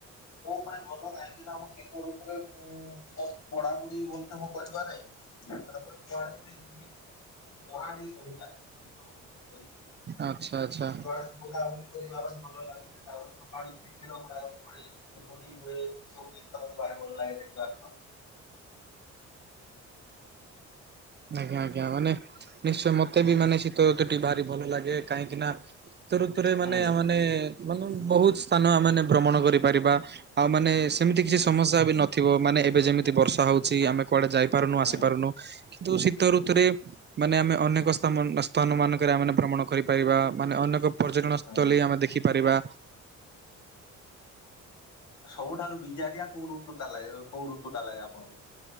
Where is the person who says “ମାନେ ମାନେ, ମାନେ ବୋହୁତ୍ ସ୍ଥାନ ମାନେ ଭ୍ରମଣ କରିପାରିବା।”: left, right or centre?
Right